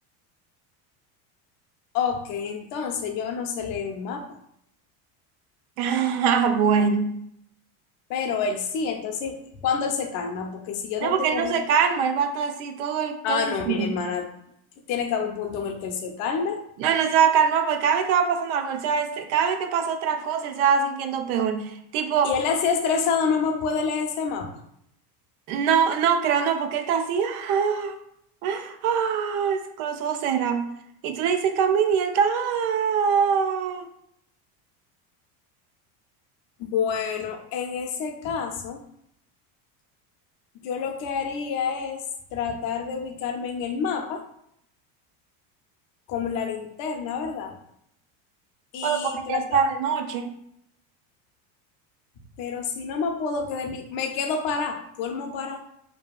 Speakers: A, on the left (about 55°); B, on the right (about 70°).
A: Ok, entonces yo no sé leer un mapa,
B: Ah, bueno.
A: pero él sí. Entonces, ¿cuándo él se calma? Porque si yo lo
B: No, porque
A: tengo...
B: él no se calma, él va a estar así todo el,
A: Ah,
B: todo el
A: no, mi
B: tiempo.
A: hermana, tiene que haber un punto en el que él se calme.
B: No, él no se va a calmar, porque cada vez que va pasando algo, él se va, a estre- cada vez que pasa otra cosa, él se va sintiendo peor. Tipo,
A: Y él así estresado no me puede leer ese mapa.
B: No, no creo, no, porque él está así, ah, ah, ah, con los ojos cerrados. Y tú le dices camina y él está, ah.
A: Bueno, en ese caso, yo lo que haría es tratar de ubicarme en el mapa con la linterna, ¿verdad? Y
B: Bueno, porque
A: tratar
B: ya está de noche.
A: Pero si no me puedo quedar, ni, me quedo parada, duermo parada.